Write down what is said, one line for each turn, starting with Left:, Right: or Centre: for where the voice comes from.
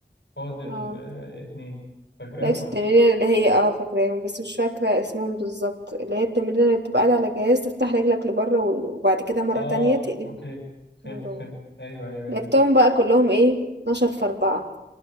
Left: فاضل
Right: اه
Left: آه، اتنين فاكرهم
Right: لعبت التمرين
Left: ولا مش
Right: اللي هي اه فاكراهم بس مش فاكرة اسمهم بالظبط اللي هي التمرين اللي بتبقى قاعد على جهاز تفتح رجلك لبره وال- وبعد كده مرة
Left: اه
Right: تانية تقلب
Left: اوكي فهمت
Right: من جوه
Left: فهمت ايوه ايوه
Right: لعبتهم
Left: ايوه
Right: بقى كلهم ايه 12 في 4